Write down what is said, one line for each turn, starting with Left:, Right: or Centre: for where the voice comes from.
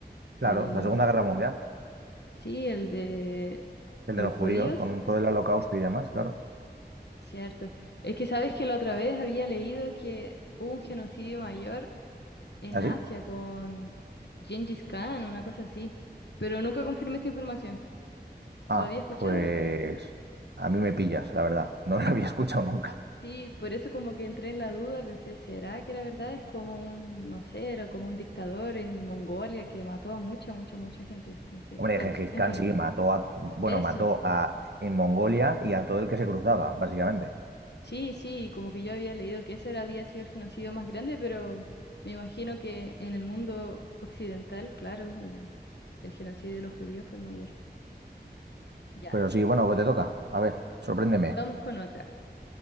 Right: Claro,
Left: El,
Right: la Segunda Guerra Mundial,
Left: sí, el de
Right: el de
Left: los
Right: los
Left: judíos,
Right: judíos, con todo el holocausto y demás, claro.
Left: cierto. Es que sabes que la otra vez había leído que hubo un genocidio mayor en
Right: ¿Así?
Left: Asia con Gengis Khan, una cosa así. Pero nunca confirmé esa información.
Right: Ah,
Left: ¿Lo había escuchado?
Right: pues a mí me pillas, la verdad. <laughs> No lo había escuchado nunca.
Left: Sí, por eso como que entré en la duda, pensé, ¿será que la verdad es como un, no sé, era como un dictador en Mongolia que mató a mucha, mucha, mucha gente? Entonces,
Right: Hombre,
Left: bueno,
Right: Gengis
Left: en
Right: Khan
Left: fin,
Right: sí mató a, bueno,
Left: eso.
Right: mató a en Mongolia y a todo el que se cruzaba, básicamente.
Left: Sí, sí, como que yo había leído que ese era- había sido el genocidio más grande, pero me imagino que en el mundo occidental, claro, el, el genocidio de los judíos fue el mayor. Ya,
Right: Pero sí, bueno, pues te toca. A ver, sorpréndeme.
Left: vamos con otra.